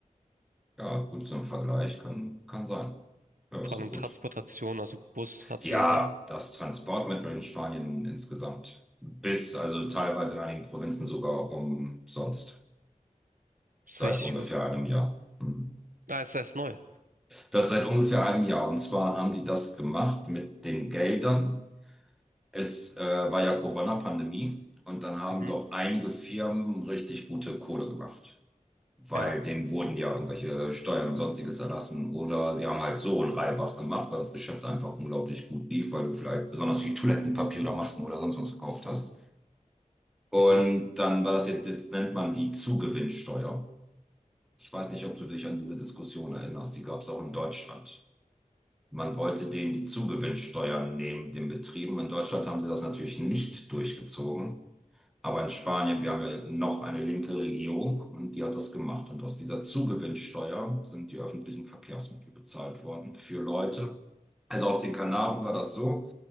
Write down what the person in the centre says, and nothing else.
Ja, gut, so ein Vergleich kann, kann sein. Ja, ist
doch gut.
Ja,
das Transportmittel in Spanien insgesamt bis, also teilweise in einigen Provinzen sogar umsonst.
Seit
ungefähr
einem Jahr. Hm.
Das seit ungefähr einem Jahr. Und zwar haben die das gemacht mit den Geldern. Es äh, war ja Corona-Pandemie und dann haben
doch einige Firmen richtig gute Kohle gemacht, weil
denen wurden ja irgendwelche Steuern und sonstiges erlassen oder sie haben halt so einen Reibach gemacht, weil das Geschäft einfach unglaublich gut lief, weil du vielleicht besonders viel Toilettenpapier oder Masken oder sonst was verkauft hast. Und
dann war das jetzt, das nennt man die Zugewinnsteuer. Ich weiß nicht, ob du dich an diese Diskussion erinnerst, die gab es auch in Deutschland. Man wollte denen die Zugewinnsteuern nehmen, den Betrieben. In Deutschland haben sie das natürlich nicht durchgezogen. Aber in Spanien, wir haben ja noch eine linke Regierung und die hat das gemacht. Und aus dieser Zugewinnsteuer sind die öffentlichen Verkehrsmittel bezahlt worden für Leute. Also auf den Kanaren war das so,